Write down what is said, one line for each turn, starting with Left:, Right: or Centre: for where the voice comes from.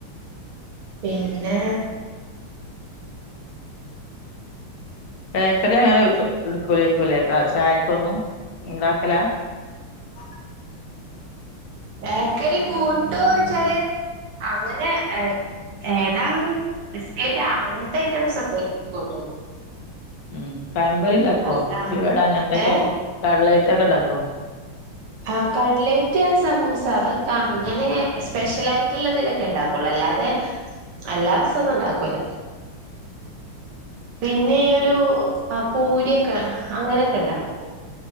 Right: പിന്നെ
Left: ബേക്കറി അങ്ങനെ എടുക്കൂ ലേക്കുലെ ചായക്കൊന്നും ഉണ്ടാക്കല <inaudible>
Right: ബേക്കറി കൂട്ടോയ്ച്ചാല് അങ്ങനെ എ ഏതാ ബിസ്കറ്റ് അങ്ങനത്തെ ഐറ്റംസ് ഒക്കെ കൂട്ടും
Left: ഉം പയമ്പൊരി ഉണ്ടാക്കുവോ
Right: അല്ല
Left: ഉള്ളിവട അങ്ങനത്തൊക്കെ
Right: ഏ
Left: കട്ലൈറ്റൊക്കെ ഉണ്ടാക്കുവോ
Right: ആഹ് കട്ലേറ്റ് സമൂസ അതൊക്കെ അങ്ങനെ സ്പെഷ്യൽ ആയിട്ടുള്ളതിലൊക്കെ ഉണ്ടാക്കുള്ളൂ അല്ലാതെ
Left: <inaudible>
Right: എല്ലാ ദിവസവും ഒന്നും ഉണ്ടാക്കൂല
Left: <inaudible>
Right: പിന്നെ ഈയോരു പൂരിയൊക്കെ അങ്ങനെയൊക്കെ ഉണ്ടാക്കും